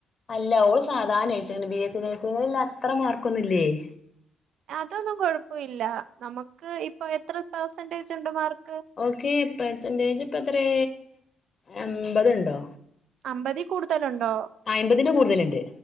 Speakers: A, on the left (about 40°); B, on the right (about 70°).
A: അല്ല ഓള് സാധാ നഴ്സിങിന് ബി എസ് സി നഴ്സിങ്ങിനുള്ള അത്ര മാർക്കൊന്നും ല്ലേയ്
B: അതൊന്നും കൊഴപ്പവില്ല നമുക്ക് ഇപ്പൊ എത്ര പെർസെന്റേജ് ഉണ്ട് മാർക്ക്
A: ഓക്ക് പെർസെന്റേജ് ഇപ്പ എത്രേ എമ്പതുണ്ടോ
B: അമ്പതി കൂടുതലുണ്ടോ
A: അയ്മ്പതിന്റെ കൂടുതലുണ്ട്